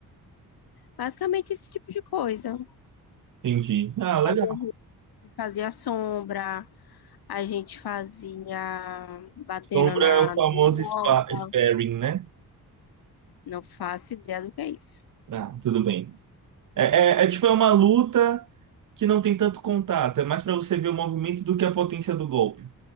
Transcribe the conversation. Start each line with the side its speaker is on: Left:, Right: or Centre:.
Left: Basicamente esse tipo de coisa.
Right: Entendi. Ah, legal.
Left: A gente fazia sombra, A gente fazia batendo
Right: Sombra
Left: na
Right: é o famoso
Left: na manopla,
Right: spa, sparring, né?
Left: não faço ideia do que é isso.
Right: Ah, tudo bem. É, é, é tipo, é uma luta que não tem tanto contato. É mais para você ver o movimento do que a potência do golpe.